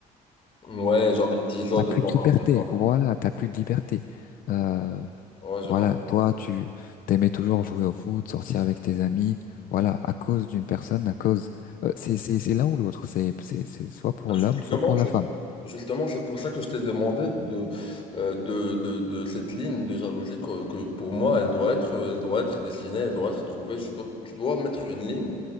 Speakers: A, on the left; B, on the left.
A: Ouais, genre, il t'isole
B: T'as plus
A: de temps
B: de liberté,
A: en temps.
B: voilà, t'as plus de liberté. Euh,
A: Ouais, je
B: voilà,
A: comprends.
B: toi, tu t'aimais toujours jouer au foot, sortir avec tes amis, voilà, à cause d'une personne, à cause, euh, c'est c'est c'est l'un ou l'autre, c'est c'est c'est soit pour
A: Bah, Justement,
B: l'homme, soit pour
A: c'est
B: la femme.
A: justement, c'est pour ça que je t'ai demandé de, euh, de, de, de cette ligne de jalousie que, que pour moi, elle doit être, elle doit être dessinée, elle doit être trouvée. Je dois, tu dois mettre une ligne